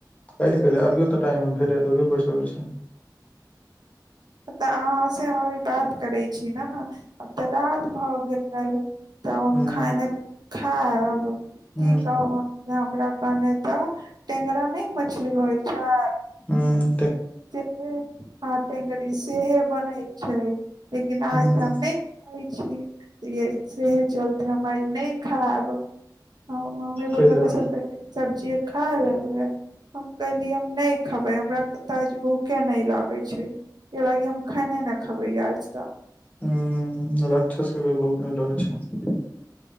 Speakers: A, on the left; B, on the right.
A: काल्हि कैला अभियो तऽ टाइम भेट जात अभिओ पढ़ि सकैत छी।
B: तऽ अहाँ से हम अभी बात करै छी। न तऽ राति भऽ गेल तब हम
A: हूँ
B: खाना पिना खायब
A: हूँ
B: की कहू हमरा कहने तऽ टेंगरा नहि मछली होइ छै।
A: हँ
B: सेहे आ टेंगरी सेहे बनै छै। लेकिन आज
A: हूँ
B: तऽ हम नहि खाय छियै। यै सेहे चलते हम आई नहि खायब हमर मम्मी बोल
A: कैला
B: लकै सबरेके सब्जीये खा लेबै हम कहलीय हम नहि खेबै हमरा त त आज भूखे नहि लागे छै, एहि लागी हम खाने न खेबै आज त
A: ह राक्षस सब के भूख नहि लगै छै।